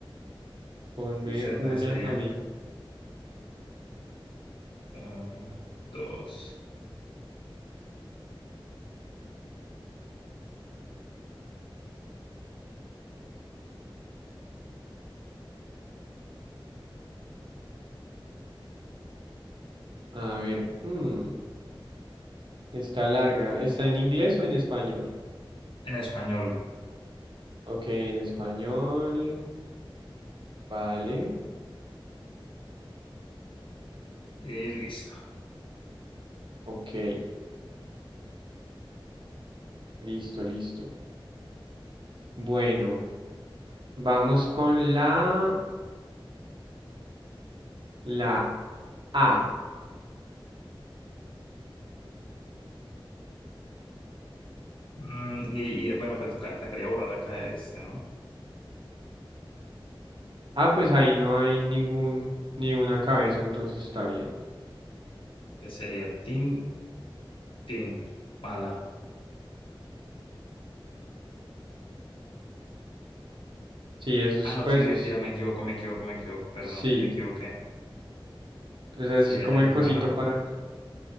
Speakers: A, on the right; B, on the left.
A: ponme
B: y entonces
A: una
B: sería
A: a mí.
B: uno, dos,
A: A ver, hmm, está larga. ¿Está en inglés o en español?
B: en español.
A: Ok, en español, vale,
B: Y listo.
A: ok, listo, listo. Bueno, vamos con la, la A.
B: Mm, y, y, bueno, pues tocar, te quería borrar acá este, ¿no?
A: Ah, pues ahí no hay ningún, ni una cabeza, entonces está bien.
B: Entonces sería tin, tin, mala.
A: Sí, eso es,
B: Ah, no,
A: pues
B: sí, mentira,
A: es,
B: me equivoco, me equivoco, me equivoco, perdón,
A: sí,
B: me equivoqué.
A: ese
B: Sí,
A: es
B: hay
A: como el cosito
B: una
A: para
B: A.